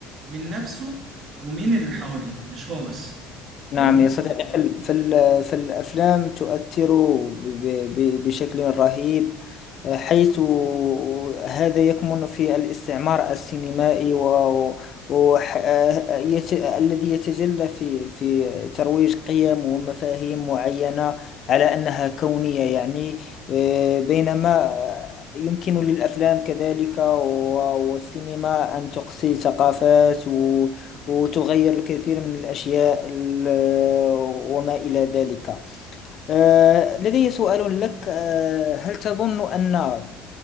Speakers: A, on the right (about 55°); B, on the left (about 50°).
A: من نفسه ومين اللي حواليه مش هو بس
B: نعم
A: فاهمني؟
B: يا صديقي في ال- في ال- في الأفلام تؤثر ب- ب- ب- بشكل رهيب حيث هذا يكمن في الاستعمار السينمائي و و- ح- يت- الذي يتجلى في في ترويج قيم ومفاهيم معينة على أنها كونية يعني آه، بينما يمكن للأفلام كذلك و- والسينما أن تقصي ثقافات وتغير الكثير من الأشياء ال- وما إلى ذلك آه، لدي سؤال لك آه، هل تظن أن